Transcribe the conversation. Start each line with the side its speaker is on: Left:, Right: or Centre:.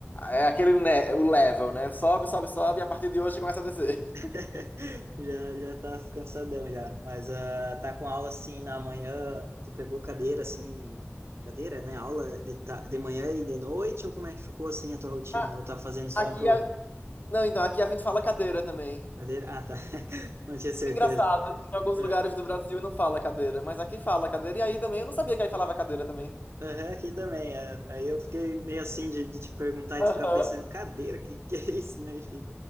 Left: é aquele, né, o level, né? Sobe, sobe, sobe e a partir de hoje começa a descer.
Right: <laughs> Já, já tá cansadão já. Mas ah, tá com aula assim na manhã. Tu pegou cadeira assim, cadeira, né? Aula de, ta- de manhã e de noite? Ou como é que ficou assim a tua rotina?
Left: Ah,
Right: Ou tá fazendo só
Left: Aqui
Right: um turno?
Left: a... Não, então, aqui a gente fala cadeira também.
Right: Cadeira? Ah, tá. <laughs> Não tinha certeza.
Left: Engraçado, em alguns
Right: É,
Left: lugares do Brasil não fala cadeira, mas aqui fala cadeira. E aí também, eu não sabia que aí falava cadeira também.
Right: aham, aqui também. é. Aí eu fiquei meio assim de, de te perguntar
Left: Aham.
Right: e tu ficar pensando, cadeira, que que é isso, <laughs> né? Enfim.